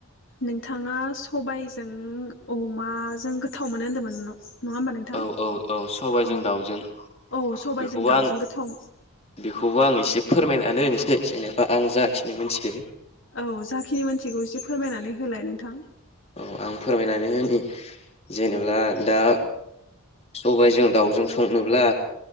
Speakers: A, on the left; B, on the left.
A: नोंथाङा सबायजों अमाजों गोथाव मोनो होन्दोंमोन न नङा होमबा नोंथां
B: औ औ औ सबायजों
A: औ
B: दाउजों
A: औ सबायजों
B: बेखौबो
A: दाउजों
B: आं
A: गोथाव
B: बेखौबो आं एसे फोरमायनानै होनो। जे-जेनेबा आं जाखिनो मोनथियो।
A: औ जाखिनि मोनथिगौ एसे फोरमायनानै होलाय नोंथां।
B: औ आं फोरमायनानै होनि जेनेब्ला दा सबायजों दाउजों संनोब्ला